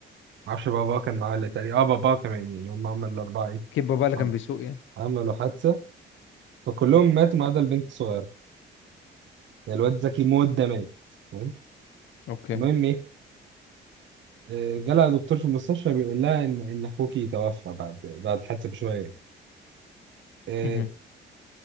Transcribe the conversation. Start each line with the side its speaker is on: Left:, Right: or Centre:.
Right: معرفش باباه كان معاه ولا تقريبا اه باباه كمان يعني هم عملوا الأربعة ايه
Left: كيب بابا اللي
Right: عم-
Left: كان بيسوق يعني
Right: عملوا حادثة فكلهم ماتوا ما عدا البنت الصغيرة يعني الواد ذكي موت ده مات فاهم
Left: اوكي
Right: المهم ايه آه، جالها دكتور في المستشفى بيقول لها ان ان اخوكي توفى بعد بعد الحادثه بشويه آه،
Left: مهم.